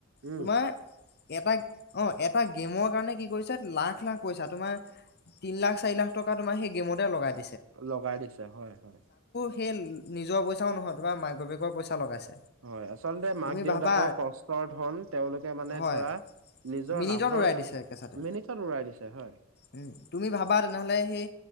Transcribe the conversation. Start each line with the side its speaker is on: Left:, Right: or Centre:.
Right: উম
Left: তোমাৰ এটা অ এটা গেমৰ কাৰণে কি কৰিছে লাখ লাখ পইচা তোমাৰ তিন লাখ চাৰি লাখ টকা তোমাৰ সেই গেমতে লগাই দি
Right: লগাই দিছে হয় হয়
Left: সেই নিজৰ পইচাও নহয় তোমাৰ মাক বাপেকৰ পইচা লগাইছে
Right: হয় আচলতে মাক
Left: তুমি
Right: দেউতাকৰ
Left: ভাবা
Right: কষ্টৰ ধন তেওঁলোকে মানে
Left: হয়
Right: ধৰা নিজৰ
Left: মিনিটত
Right: লাভৰ
Left: উৰাই
Right: কাৰ
Left: দিছে একেচাতে
Right: মিনিটত উৰাই দিছে হয়
Left: উম তুমি ভাবা তেনেহ'লে সেই